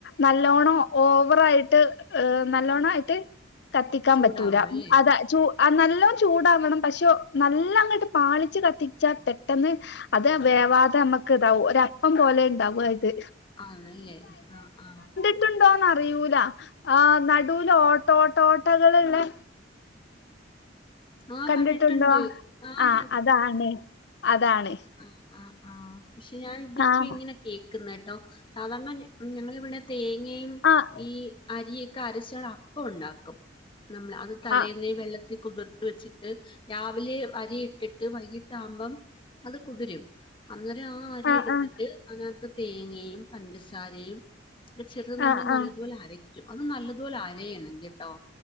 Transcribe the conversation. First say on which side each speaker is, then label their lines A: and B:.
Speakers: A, on the left; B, on the left.
A: നല്ലോണം ഓവറായിട്ട് നല്ലോണം ആയിട്ട് കത്തിക്കാൻ
B: ചൂടാവണം
A: പറ്റൂല
B: അല്ലേ
A: അതാ ചൂ ആ നല്ലോം ചൂടാവണം പഷോനല്ല ങ്ങട്ട് പാളിച്ച് കത്തിച്ചാ പെട്ടെന്ന് അത് വേവാതെ മ്മക്ക് ഇതാവും ഒരപ്പം പോലെ ണ്ടാവും അ ഇത്
B: ആ ല്ലേ ആ ആ
A: ട്ട്ണ്ടോന്ന അറിയൂല ആ നടൂൽ ഓട്ടോ ട്ടൊ ട്ടകൾ ള്ളെ
B: ആഹ്
A: കണ്ടിട്ടുണ്ടോ
B: കണ്ടിട്ടുണ്ട് ആഹ്
A: ആ അതാണ് അതാണ്
B: ആ ആ ആ ക്ഷെ ഞാനിതിപ്പ
A: ആഹ്
B: ഇങ്ങിനെ കേക്ക്ന്നെ ട്ടോ സാധാരണ ഞങ്ങളിവിടെ തേങ്ങയും
A: ആഹ്
B: ഈ അരിയൊക്കെ അരച്ചാണ് അപ്പണ്ടാക്കും നമ്മൾ അത് തലേന്നെ
A: ആഹ്
B: വെള്ളത്തിൽ കുതിർത്ത് വെച്ചിട്ട് രാവിലെ അരി ഇട്ടിട്ട് വൈകിട്ടാമ്പം അത് കുതിരും അന്നേരം ആ അരി
A: ആഹ്
B: ട്ത്തിട്ട്
A: ആഹ്
B: അതിനകത്ത് തേങ്ങയും പഞ്ചസാരെയും ചെറുത് നമ്മള്
A: ആഹ്
B: നല്ലതുപോലെ
A: ആഹ്
B: അരയ്ക്കും അത് നല്ലതുപോലെ അരയണം കെട്ടോ